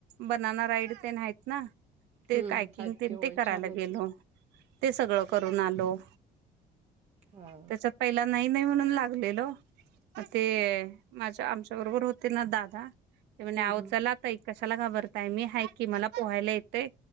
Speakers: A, on the right; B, on the right.
A: बनाना राईड अन ते आहेत. ना ते
B: हम्म
A: कायकिंग
B: हादगे
A: तेन
B: होय
A: ते करायला
B: छान येत
A: गेलो.
B: ते.
A: ते सगळं करून आलो.
B: हा
A: त्याच्यात पहिला नाही नाही म्हणून लागलेलो ते माझ्या आमच्या बरोबर होते ना दा ते म्हण
B: हम्म
A: आव
B: हम्म
A: चला ताई कशाला घाबरताय मी आहे ना हाय की मला पोहायला येते